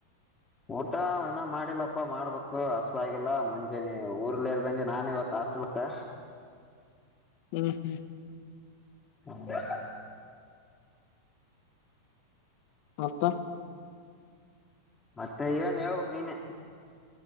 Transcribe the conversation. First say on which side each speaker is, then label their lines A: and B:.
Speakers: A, on the left (about 15°); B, on the left (about 45°).
A: ಊಟ ಇನ್ನ ಮಾಡಿಲ್ಲಪ್ಪಾ ಮಾಡ್ಬೇಕು ಹಸಿವೆ ಆಗಿಲ್ಲ ಮುಂಜೆನೆ ಊರ್ಲ್ದ ಬಂದೆ ನಾನ ಇವತ್ತು ಹಾಸ್ಟೆಲ್ಕ್ಕ
B: ಹ್ಮ್ ಹ್ಮ್
A: ಹಂಬ <inaudible>
B: ಮತ್ತ
A: ಮತ್ತೆ ಏನ್ ಹಳ್ಬಕ್ ನೀನೇ